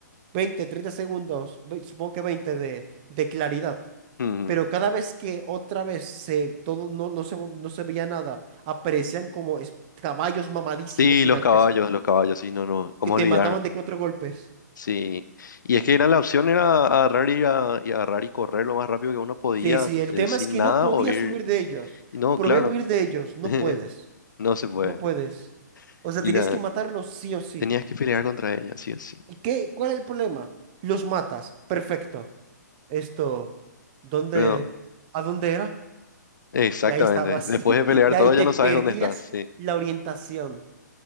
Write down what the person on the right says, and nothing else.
20 30 segundos, ve- supongo que 20 de, de claridad.
Pero cada vez que otra vez se, todo no, no se, no se veía nada, aparecían como es- caballos mamadísimos
gigantescos
que te
mataban de cuatro golpes.
Sí, sí, el
tema
es que
no podías
huir de ellos.
Probé
huir de ellos, no
puedes,
no puedes. O sea,
tenías
que matarlos sí o sí.
¿Y qué? ¿Cuál es el problema? Los matas, perfecto. esto, ¿dónde,
a dónde era?
Y ahí estabas,
<laughs>
y ahí
te
perdías
la orientación.